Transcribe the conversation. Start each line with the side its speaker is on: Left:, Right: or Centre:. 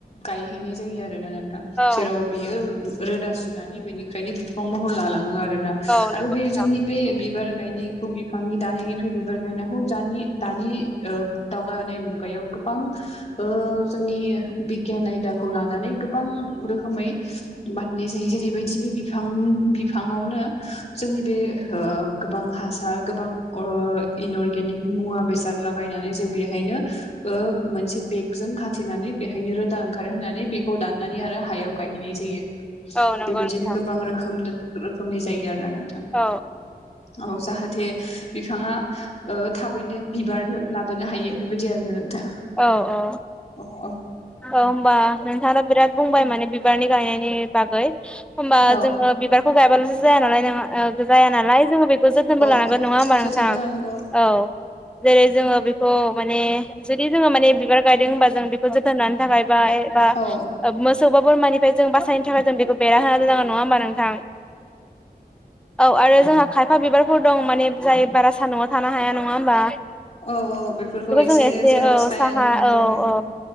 Left: गायहैनाय जायो आरोना नोंथां
Centre: औ
Left: जेराव बियो रोदा सुनानै बेनिफ्रायनो बे फं महर लालाङो आरोना
Centre: औ औ नंगौ
Left: आरो बे
Centre: नोंथां
Left: जोंनि बे बिबार गायनायखौ बिफांनि दानायनि फाय बिबार गायनायखौ जानि दानि ओ दावगानाय मुगायाव गोबां ओ जोंनि बिगियान आयदाखौ लानानै गोबां रोखोमै बाननाय जायो जेरैबायदि बे बिफां बिफाङावनो जोंनि बे ओ गोबां हासार गोबां अर इनअर्गेनिक मुवा बेस जारल्दा बायनानै जों बेहायनो ओ मोनसे बेखजों खाथिनानै बेहायनो रोदा ओंखारहोनानै बेखौ दाननानै आरो हायाव गायहैनाय जायो।
Centre: औ नंगौ
Left: बेबायदिनो
Centre: नोंथां
Left: गोबां रोखोमनो रोखोमनि जायो आरोना नों।
Centre: औ
Left: औ जाहाथे बि फाङा ओ थाबैनो बिबार ला लाबोनो हायो बेबायदि आरोना नोंथां
Centre: औ औ औ
Left: औ औ
Centre: होमबा नोंथाङानो बिराद बुंबाय माने बिबारनि गायनायनि बागै होमबा
Left: औ
Centre: जोङो बिबारखौ गायबाल जायानालाय नङा ओग जाया नालाय जोङो बेखौ जोथोनबो
Left: औ
Centre: लानांगोन नङा होमबा
Left: जोथोनबो
Centre: नोंथां
Left: लानांगौ
Centre: औ जेरै जोङो बे खौ माने जुदि जोङो माने बिबार गायदों होनबा जों बेखौ जोथोन लानो थाखाय बा एबा
Left: औ
Centre: ओ मोस सौ बा बोरमानिफ्राय जों बासायनो थाखाय जों बेखौ बेरा होना दोननांगौ नङा होमबा नोंथां? औ आरो जोंहा खायफा बिबारफोर दं माने जाय बारा सान्दुङाव थानो हाया नङा होमबा?
Left: औ औ बेफोरखौ एसे
Centre: जों
Left: जेराव
Centre: औ
Left: साया
Centre: साहा
Left: गोनां
Centre: औ
Left: जायगा
Centre: औ